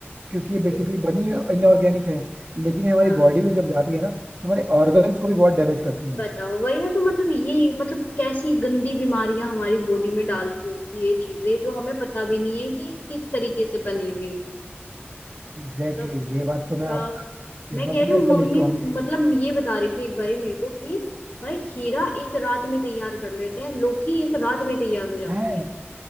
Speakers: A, on the right; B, on the left.
A: क्योंकि ये बेसिकली
B: बिल-
A: बनी इनऑर्गेनिक है लेकिन ये हमारी
B: हाँ
A: बॉडी में जब जाती है ना तो हमारे ऑर्गन्स को भी बहुत डैमेज करती है
B: बताओ वही ना तो मतलब ये मतलब कैसी गंदी बीमारियां हमारी बॉडी में डाल रही होगी ये चीजें जो हमें पता भी नहीं है कि किस तरीके से बनी हुई है
A: एग्जैक्टली
B: मतलब
A: exactly, ये बात तो मैं
B: क्या
A: आप इस
B: मैं
A: बात
B: कह
A: से
B: रही
A: मैं
B: हूँ
A: एकदम
B: मम्मी
A: स्ट्रांगली
B: मतलब ये बता रही थी एक बारी मेरे को कि भाई खीरा एक रात में तैयार कर लेते हैं लौकी एक रात में तैयार हो जाती
A: है
B: है